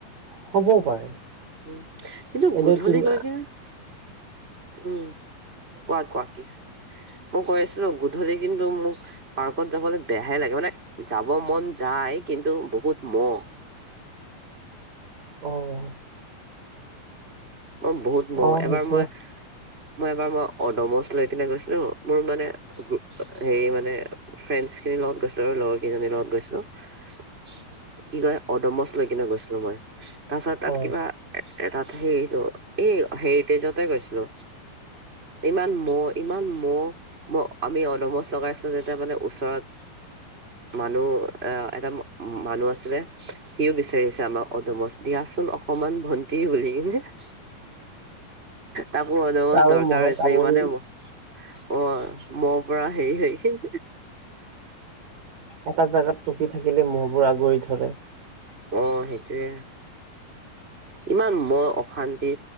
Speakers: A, on the right; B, on the right.
A: হ'ব পাৰে
B: উম, কিন্তু
A: এনে
B: গধূলি
A: তুমি
B: গৈ কি উম, কোৱা কোৱা কি মই কৈ আছিলো গধূলি কিন্তু মোক পাৰ্কত যাবলৈ বেয়াহে লাগে মানে যাব মন যায়। কিন্তু বহুত মহ।
A: অ',
B: অ' বহুত ম
A: অ
B: এবাৰ
A: হ'ব
B: মই মই এবাৰ মই অদমচ লৈ কিনে গৈছিলো মোৰ মানে হেৰি মানে। ফ্ৰেছ খিৰ লগত গৈছিলো আৰু লগৰ কেইজনীৰ লগত গৈছিলো <inaudible> কি কয় অদমছ লৈ কিনে গৈছিলো মই তাৰপিছত তাত
A: অ
B: কিবা এ তাত সেই ত' এই হেৰিটেজতে গৈছিলো। ইমান মহ ইমান মহ ম আমি অলমচ লগাইছিলো যেতিয়া মানে ওচৰত। মানুহ আহ এটা মানুহ আছিলে সিও বিচাৰিছে আমাক অদুমছ দিয়াচোন অসমমান ভণ্টি বুলি কি যে <inaudible> তাকো অদমছ
A: আৰু
B: দৰকাৰ
A: মহে
B: হৈছে
A: কামুৰি
B: ন ইমানেই <inaudible> অ' মই পৰা হেৰি হৈ কি <inaudible>
A: এটা জাগাত টুকি থাকিলে মহবোৰ আগুৱৰি ধৰে।
B: অ' সেইটোৱে। ইমান মই অশান্তি